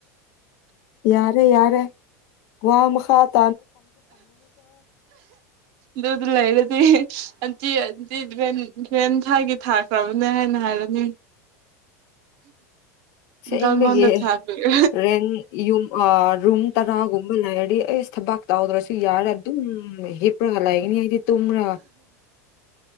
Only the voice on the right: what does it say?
ꯗꯨꯗ ꯂꯥꯏꯂꯗꯤ ꯑꯟꯇꯤ ꯑꯟꯇꯤꯚꯦꯟ ꯨꯚꯦꯟ ꯊꯥꯒꯤ ꯊꯥꯈ꯭ꯔꯕꯅꯦ ꯍꯥꯏꯅ ꯍꯥꯏꯔꯅꯤ
ꯀꯉꯣꯟꯗ ꯊꯥꯕꯤꯌꯨ